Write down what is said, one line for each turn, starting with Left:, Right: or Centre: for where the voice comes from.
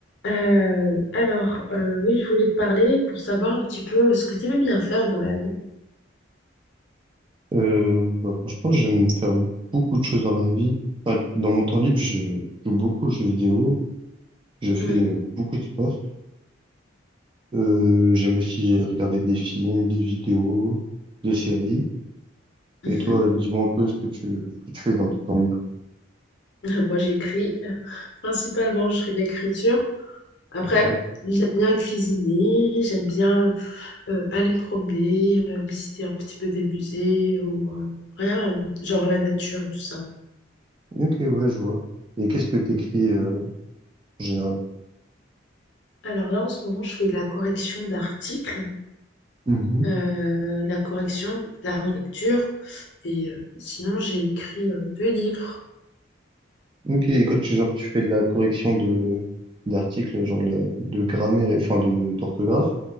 Left: Euh, alors, euh, oui, je voulais te parler pour savoir un petit peu ce que tu aimais bien faire dans la vie.
Right: Euh, bah, franchement, j'aime faire beaucoup de choses dans la vie. Enfin, dans mon temps libre, je joue beaucoup aux jeux vidéo, je
Left: Oui.
Right: fais euh, beaucoup de sport. Euh, j'aime aussi regarder des films, des vidéos, des séries.
Left: <laughs>
Right: Et toi, dis-moi un peu ce que tu, ce que tu fais dans ton temps libre.
Left: Moi, j'écris. euh, Principalement, je fais de l'écriture. Après,
Right: Ouais.
Left: j'aime bien cuisiner, j'aime bien euh, aller me promener, euh, visiter un petit peu des musées ou euh, rien, euh, genre la nature et tout ça.
Right: Ok, ouais, je vois. Et qu'est-ce que t'écris euh, en général?
Left: Alors là, en ce moment, je fais de la correction d'articles,
Right: Mhm.
Left: euh, la correction, la relecture. Et euh, sinon, j'ai écrit euh, deux livres.
Right: Ok, et quand tu, genre, tu fais de la correction de d'articles, genre la- de grammaire, et- enfin de d'orthographe,